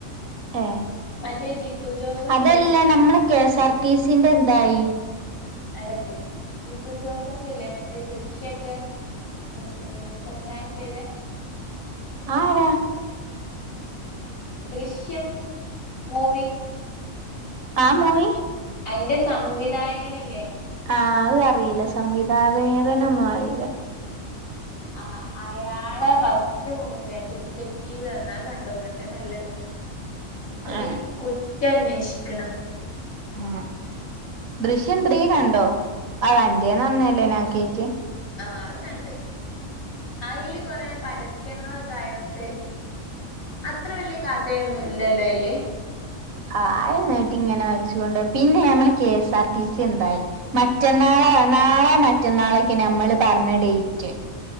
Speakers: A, on the right; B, on the left.
A: ഏ
B: മറ്റേ ജിത്തു ജോസഫില്ലേ
A: അതല്ല
B: ദൃ
A: നമ്മള് കെഎസ്ആർ ടി സിന്റെ എന്തായി
B: അടക്ക് ജിത്തു ജോസഫ് ഇല്ലേ മറ്റേ ദൃശ്യൊക്കെ ഉം സംവിധാനം ചെയ്ത
A: ആരാ
B: ദൃശ്യം മൂവി
A: ആ മൂവി
B: അയിന്റെ സംവിധായകനില്ലേ
A: ആഹ അത് അറിയില്ല സംവിധായേകനൊന്നും അറിയില്ല
B: ആഹ് അയാളെ ഫസ്റ്റ് മൂവിയ ഡിക്റ്ററ്റീവ് പറഞ്ഞത് കണ്ടപോക്കണ്ടത് നല്ല ര ഒരു
A: ഏഹ്
B: കുറ്റ അന്വേഷിക്കണ
A: ആ ദൃശ്യം ത്രീ കണ്ടോ അത അറേന്ന് നന്നല്ലേ ഞാൻ കയറ്റിയ
B: ആ അത് കണ്ട് അതിൽ കൊറെ പരസ്യങ്ങളൊക്കെ ആയോണ്ട് അത്ര വല്യ കഥയൊന്നും ഇല്ലല്ലോ അയില്
A: ആഹ അയിനാട്ട് ഇങ്ങനെ വലിച്ചു കൊണ്ട് പിന്നെ ഞമ്മെ K S R T C എന്തായി മറ്റന്നാളെ നാളെ മറ്റന്നാളൊക്കെ ഞമ്മള് പറഞ്ഞ ഡേറ്റ്